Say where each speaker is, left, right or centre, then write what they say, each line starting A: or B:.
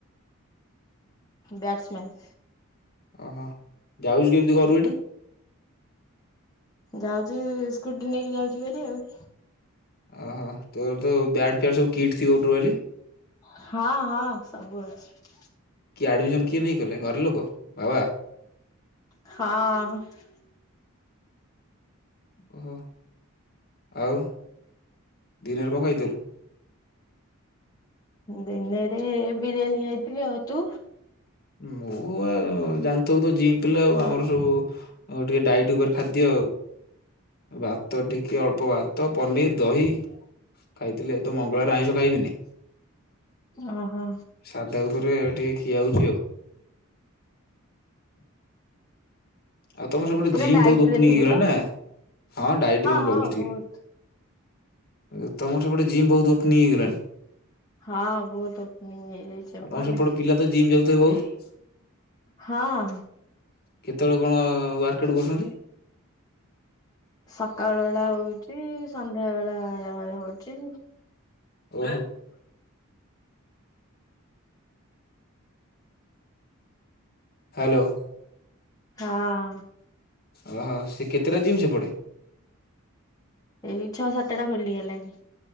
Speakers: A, on the left; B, on the left.
A: ବ୍ୟାଟସମେନ୍।
B: ଓହୋ! ଯାଉଛୁ କେମିତି ଘରୁ ଏଠୁ?
A: ଯାଉଚି ସ୍କୁଟି ନେଇକି ଯାଉଛି ଭାରି ଆଉ।
B: ଓହୋ, ତୋର ତ ବ୍ୟାଟ୍ ଫ୍ୟାଟ୍ ସବୁ କିଟ୍ ଥିବ ଟୋଟାଲି।
A: ହଁ, ହଁ ସବୁ ଅଛି।
B: କିଏ ଆଡ଼ମିସନ୍ କିଏ ନେଇ କଲେ ଘର ଲୋକ ବାବା?
A: ହଁ।
B: ଓହୋ, ଆଉ ଦିନରେ କଣ ଖାଇଥିଲୁ?
A: ଦିନରେ ବିରିୟାନୀ ଖାଇଥିଲି, ଆଉ ତୁ?
B: ମୁଁ ଆ, ଜାଣିଥିବୁ ତ ଜିମ୍ ପିଲା ଆଉ ଆମର ସବୁ ଆଉ ଟିକେ ଡାଇଟ୍ ଉପରେ ଖାଦ୍ୟ। ଭାତ ଟିକେ ଅଳ୍ପ ଭାତ ପନିର୍ ଦହି ଖାଇଥିଲି ଆଜି ତ ମଙ୍ଗଳବାର ଆଇଁଷ ଖାଇବିନି।
A: ଓହୋ।
B: ସାଧା ଉପରେ ଟିକେ ଖିଆ ହଉଛି ଆଉ। ଆଉ ତୋମର ସେପଟେ
A: ପୁରା
B: ଜିମ୍
A: ଡାଇଟ
B: ବହୁତ ଓପନିଙ୍ଗ
A: ରେ ଥିବୁ
B: ହେଇଗଲା
A: ତ?
B: ନା, ହଁ ଡାଇଟ୍ ରେ ମୁଁ
A: ହଁ
B: ରହୁଛି ଟିକେ।
A: ବହୁତ
B: ଏ ତୋମର ସେପଟେ ଜିମ୍ ବହୁତୁ ଓପନିଂ ହେଇଗଲାଣି।
A: ହଁ ବହୁତୁ ଓପନିଂ ହେଇଯାଇଛି
B: ଆଉ
A: ଏପଟେ।
B: ତମର ସେପଟେ ପିଲା ତ ଜିମ୍ ଯାଉଥିବେ ବହୁତ?
A: ହଁ।
B: କେତେବେଳେ କଣ ୱାର୍କ ଆଉଟ କରୁଛନ୍ତି?
A: ସକାଳ ବେଳା ହଉଚି ସନ୍ଧ୍ୟା ବେଳା ହ-ହଉଚି।
B: ଓହୋ। ହାଲୋ।
A: ହଁ।
B: ଓହୋ, ସେ କେତେଟା ଜିମ୍ ସେପଟେ?
A: ଏହି ଛଅ ସାତ ଟା ଖୋଲିଗଲାଣି